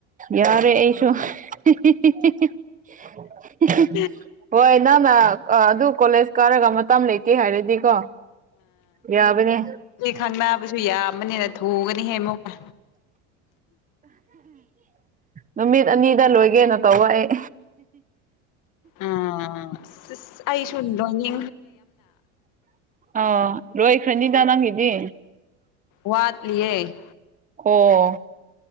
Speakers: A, on the right; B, on the left.
A: ꯌꯥꯔꯦ ꯑꯩꯁꯨ ꯍꯦ ꯍꯦ ꯍꯦ ꯍꯦ ꯍꯦ
B: ꯎꯝ
A: ꯍꯣꯏ ꯅꯪ ꯅ ꯑꯗꯨ ꯀꯣꯂꯦꯖ ꯀꯥꯔꯒ ꯃꯇꯝ ꯂꯩꯇꯦ ꯍꯥꯏꯔꯗꯤꯀꯣ ꯌꯥꯕꯅꯦ
B: ꯈꯪ ꯅꯥꯕꯁꯨ ꯌꯥꯝꯕꯅꯤꯅ ꯊꯨꯒꯅꯤ ꯍꯦꯃꯨꯀ
A: ꯅꯨꯃꯤꯠ ꯑꯅꯤꯗ ꯂꯣꯏꯒꯦꯅ ꯇꯧꯕ ꯑꯩ
B: ꯑ ꯑꯩꯁꯨꯗꯅꯤ
A: ꯑ ꯔꯣꯏꯈ꯭ꯔꯅꯤꯗ ꯅꯪꯒꯤꯗꯤ
B: ꯋꯥꯠ ꯂꯦ
A: ꯑꯣ